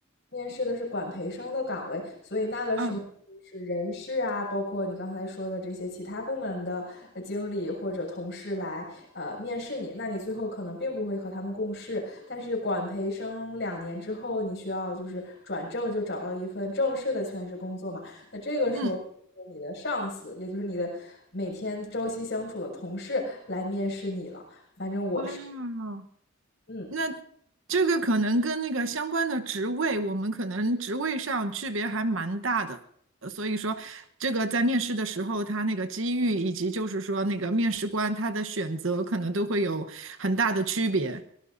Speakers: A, on the left; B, on the right.
A: 面试的是管培生的岗位，所以那个时候就是人事啊，
B: 啊，
A: 包括你刚才说的这些其他部门的呃经理或者同事来呃面试你，那你最后可能并不会和他们共事。但是管培生两年之后，你需要就是转正，就找到一份正式的全职工作嘛。那这个时候，
B: 嗯，
A: 你的上司，也就是你的每天朝夕相处的同事来面试你了。反正我是，
B: 啊，
A: 嗯，
B: 那这个可能跟那个相关的职位，我们可能职位上区别还蛮大的，呃所以说这个在面试的时候，他那个机遇以及就是说那个面试官他的选择，可能都会有很大的区别。